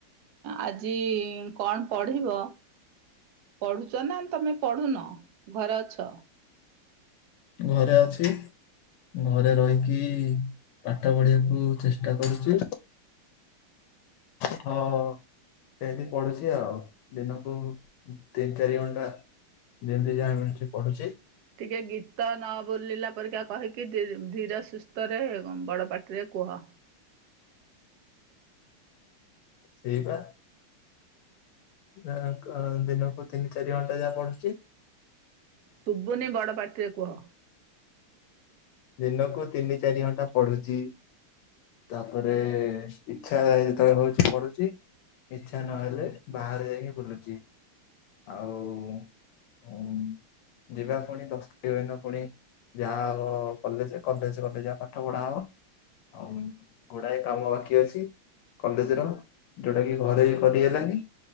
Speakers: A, on the right; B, on the left.
A: ଆଜି କଣ ପଢିବ? ପଢୁଛ ନା ତମେ ପଢୁନ ଘରେ ଅଛ।
B: ଘରେ ଅଛି। ଘରେ ରହିକି ପାଠ ପଢିବାକୁ ଚେଷ୍ଟା କରୁଛି। ହଁ ସେମତି ପଡୁଛି ଆଉ ଦିନକୁ ତିନି, ଚାରି ଘଣ୍ଟା। ଯେମିତି ଯାହା ମିଳୁଛି ପଢୁଛି।
A: ଟିକେ ଗୀତ ନ ବୋଲିଲା ପରିକା କହିକି ଧୀ ଧୀର ସୁସ୍ଥରେ ବଡ଼ ପାଟିରେ କୁହ।
B: ସେଇବା। ଆ କ‌୍ ଆ ଦିନକୁ ତିନି, ଚାରି ଘଣ୍ଟା ଯାହା ପଡୁଛି।
A: ଶୁଭୁନି ବଡ ପାଟିରେ କୁହ।
B: ଦିନକୁ ତିନି, ଚାରି ଘଣ୍ଟା ପଢୁଛି। ତାପରେ ଇଛା ଯେତେବେଳେ ହଉଛି ପଢୁଛି। ଇଚ୍ଛା ନହେଲେ ବାହାରେ ଯାଇକି ବୁଲୁଛି ଆଉ। ଉଁ ଯିବା ପୁଣି ଦଶ ତାରିଖ ଦିନ ପୁଣି ଯା ହବ। କଲେଜ କଲେଜ ଗଲେ ଯାହା ପାଠ ପଢା ହବ ଆଉ ଗୁଡାଏ କାମ ବାକି ଅଛି। କଲେଜ ର ଯୋଉଟା କି ଘରେ ବି କରି ହେଲାନି।